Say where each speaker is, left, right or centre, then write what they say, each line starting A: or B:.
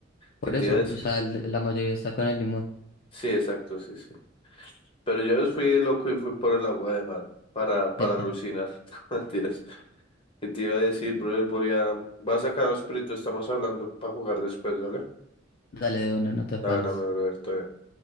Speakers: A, on the left; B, on the left.
A: Por
B: ¿Qué te
A: eso,
B: iba a decir?
A: o sea, el- la mayoría está con el limón.
B: Sí, exacto, sí, sí. Pero yo fui loco y fui por el agua de mar para, para
A: Epa,
B: alucinar. <laughs> Mentiras. ¿Qué te iba a decir, brother? Voy a, voy a sacar los peritos, estamos hablando para jugar después, ¿vale?
A: dale de una, no te afanes.
B: La buena, mi brother, todo bien.